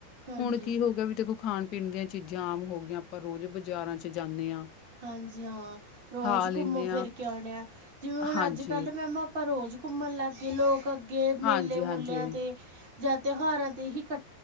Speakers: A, on the right; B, on the left.
A: ਹਾਂਜੀ
B: ਹੁਣ ਕੀ ਹੋ ਗਿਆ ਦੇਖੋਂ ਖਾਣ ਖਾਣ -ਪੀਣ ਦੀਆਂ ਚੀਜ਼ਾਂ ਆਮ ਹੋ ਗਈਆਂ ਆਪਾਂ ਰੋਜ਼ ਬਾਜ਼ਾਰਾਂ 'ਚ' ਜਾਨੇ ਆ
A: ਹਾਂਜੀ ਹਾਂ ਰੋਜ਼
B: ਖਾ ਲੈਂਨੇ
A: ਘੁੰਮੋ ਫ਼ਿਰ
B: ਆ
A: ਕੇ ਆਉਣੇ ਆ ਜਿਵੇਂ ਹੁਣ
B: ਹਾਂਜੀ,
A: ਅੱਜ ਕੱਲ੍ਹ ਮੈਮ ਆਪਾਂ ਰੋਜ਼ ਘੁੰਮਣ ਲਗ ਗੇ ਲੋਕ ਅੱਗੇ
B: ਹਾਂਜੀ-ਹਾਂਜੀ।
A: ਮੇਲੇ ਮੁਲਿਆਂ ਤੇ ਜਾਂ ਤਿਉਹਾਰਾਂ ਤੇ ਹੀਂ ਕੱ